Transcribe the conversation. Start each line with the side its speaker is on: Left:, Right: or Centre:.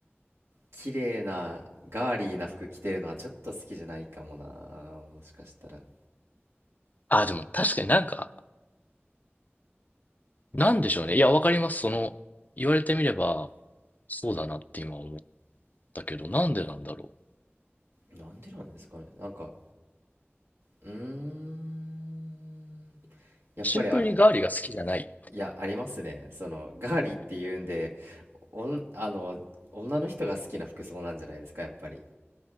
Right: 綺麗なガーリーな服着てるのはちょっと好きじゃないかもなもしかしたら
Left: あ、でも確かになんか、なんでしょうね。いや、わかります。その、言われてみれば、そうだなって今思ったけど、なんでなんだろう。
Right: なんでなんですかねなんかうーんやっぱりあ
Left: シンプルにガーリーが好きじゃない。
Right: いや、ありますね。その、ガーリーっていうんで、おん、あの、女の人が好きな服装なんじゃないですか、やっぱり。